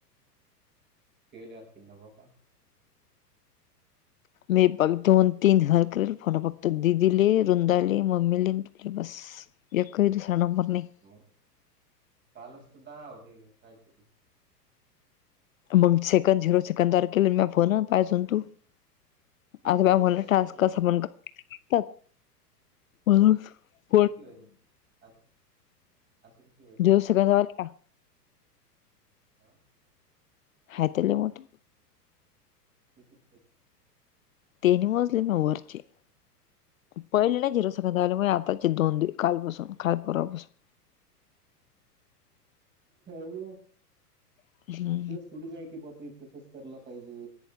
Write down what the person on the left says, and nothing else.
मी पन दोन तीन घर करल फोन फक्त दीदीले रुंदाले मम्मी ले न तु बस. एकही दुसरा नंबर नाही <unintelligible>
मग सेकंद झिरो सेकंदार केलं फोन पाय सून तू <unintelligible>
आता
म म्हला
टस् कस पण करतात <inaudible> <unintelligible>
जरू सकां वाला <unintelligible>
हय तले मोठ <unintelligible>
तेनी वाजले म वरचे <unintelligible> पहिले नाही झिरोसक आलेमुळे आताचे दोन दि कालपासून काल पूर्वापासून <unintelligible>
<inaudible> <unintelligible>